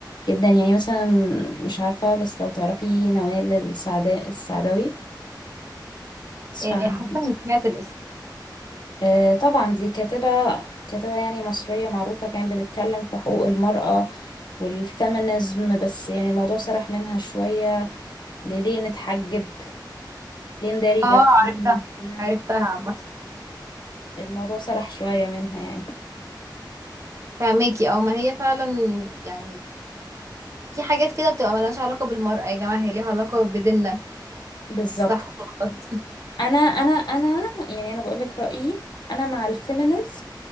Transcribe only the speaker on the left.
جدا يعني مثلا مش عارفة بس لو تعرفي نوال السعدا السعداوي تسمع
عنها
آه طبعا دي كاتبة كاتبة يعني مصرية معروفة كانت بتتكلم في حقوق المرأة والفيمينيزم بس يعني الموضوع سرح منها شوية لليه نتحجب ليه نداري
جلدنا
الموضوع سرح شوية منها يعني
بالظبط
انا انا انا يعني انا بقول لك رأيي انا مع الفيمينيزم